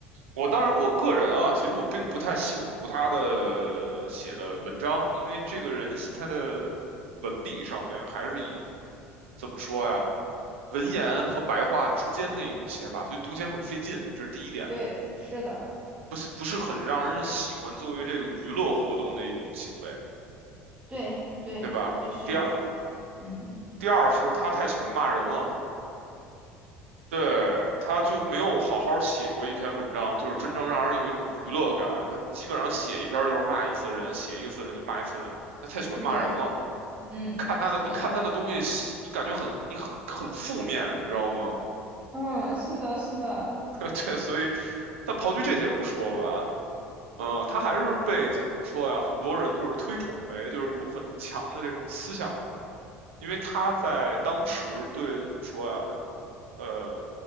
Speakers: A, on the right (about 75°); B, on the right (about 20°).
A: 我当然，我个人啊，其实我并不太喜欢读他的写的文章，因为这个人他的文笔上边还是以怎么说呀，文言和白话之间的一种写法，所以读起来很费劲，这是第一点，
B: 对，是的。
A: 不是不是很让人喜欢作为这个娱乐活动的一种行为，
B: 对对，
A: 对吧？
B: 就是，
A: 第二，
B: 嗯，
A: 第二是他太喜欢骂人了。对，他就没有好好写过一篇文章，就是真正让人有一种娱乐感。他基本上写一篇就是骂一次人，写一个次人就骂一次人，他太喜欢骂人了。
B: 对，嗯，
A: 看他的，
B: 是，
A: 你看他的东西，你感觉很，你很很负面，你知道吗？
B: 嗯，是的，是的，
A: <laughs> 对，所以，但刨去这些不说吧，嗯，他还是被怎么说呀？很多人就是推崇为就是有很强的这种思想因为他在当时对怎么说啊，呃，